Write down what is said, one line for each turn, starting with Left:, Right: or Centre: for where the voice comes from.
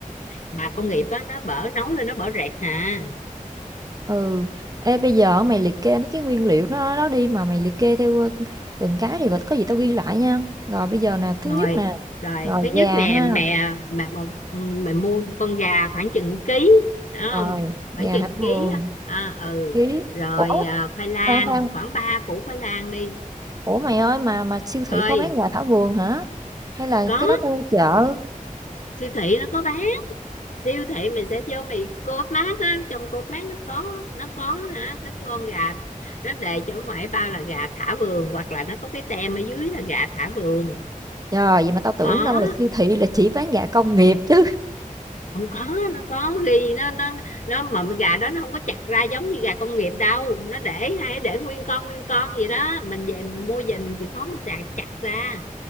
Left: mà công nghiệp á nó bở nấu lên nó bở rẹt hà
Right: Ừ. Ê bây giờ mày liệt kê mấy cái nguyên liệu đó đó đi mà mày liệt kê theo ờ, từng cái thì có gì tao ghi lại nha. Rồi bây giờ nè, thứ
Left: rồi
Right: nhất nè,
Left: rồi
Right: rồi
Left: thứ
Right: gà
Left: nhất nè
Right: ha.
Left: mẹ mẹ một ừ, mẹ mua con gà khoảng chừng ký đó
Right: Rồi,
Left: không
Right: gà
Left: khoảng chừng
Right: hả vườn.
Left: ký á. à, ừ
Right: Ký.
Left: rồi
Right: Ủa,
Left: à, khoai lang
Right: khoan, khoan,
Left: khoảng 3 củ khoai lang đi
Right: ủa, mày ơi mà mà siêu
Left: ơi
Right: thị có bán gà thảo vườn hả? Hay là
Left: có
Right: cái đó phải mua chợ?
Left: siêu thị nó có bán siêu thị mình sẽ vô mày co-op mart á trong co-op mart nó có nó có hả cái con gà nó đề cho ở ngoài bao là gà thả vườn hoặc là nó có cái tem ở dưới là gà thả vườn
Right: Trời, vậy mà tao tưởng
Left: có
Right: đâu là siêu thị là chỉ bán gà công nghiệp chứ.
Left: không có nó có ghi nó nó nó mà gà đó nó không có chặt ra giống như gà công nghiệp đâu nó để hay để nguyên con nguyên con vậy đó mình về mình mua về mình chịu khó mình chặt chặt ra